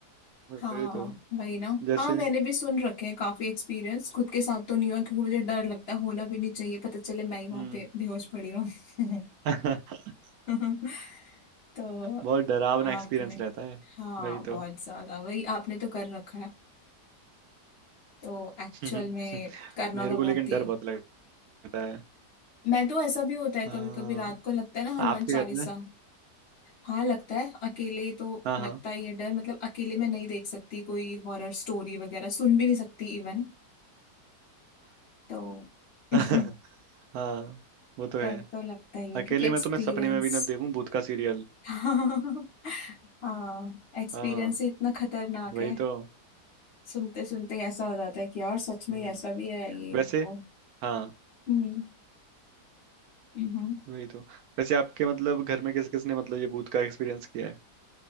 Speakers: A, on the right (about 70°); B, on the left (about 45°).
A: वही
B: हाँ
A: तो
B: वही ना
A: जैसे
B: हाँ मैंने भी सुन रखे हैं काफी एक्सपीरियंस खुद के साथ तो नहीं हुआ क्योंकि मुझे डर लगता है होना भी नहीं चाहिए पता चले मैं ही वहां
A: हम्म
B: पे बेहोश पड़ी रहूं
A: <laughs>
B: <laughs> तो
A: बहुत डरावना
B: आपने
A: एक्सपीरियंस रहता है
B: हाँ
A: वही
B: बहुत
A: तो
B: ज्यादा वही आपने तो कर रखा है तो एक्चुअल
A: <laughs>
B: में करना
A: मेरे
B: तो
A: को
B: बहुत
A: लेकिन
B: ही
A: डर बहुत लगता है
B: मैं तो ऐसा भी होता है
A: हाँ
B: कभी कभी रात को लगता है ना हनुमान
A: आपके
B: चालीसा
A: घर में
B: हाँ लगता है अकेले तो
A: हाँ हाँ
B: लगता ही है डर मतलब अकेले मैं नहीं देख सकती कोई हॉरर स्टोरी वगैरह सुन भी नहीं सकती इवन तो
A: <laughs>
B: <laughs>
A: हाँ वो तो है
B: डर तो लगता ही है
A: अकेले
B: क्योंकि एक्सपीरियंस
A: में तो मैं सपने में भी ना देखूं भूत का सीरियल
B: <laughs> हाँ एक्सपीरियंस
A: हाँ
B: ही इतना खतरनाक
A: वही
B: है
A: तो
B: सुनते सुनते ही ऐसा हो जाता है कि यार सच में
A: हम्म
B: ऐसा भी है ये
A: वैसे
B: वो
A: हाँ
B: हम्म हम्म।
A: वही तो वैसे आपके मतलब घर में किस किसने मतलब ये भूत का एक्सपीरियंस किया है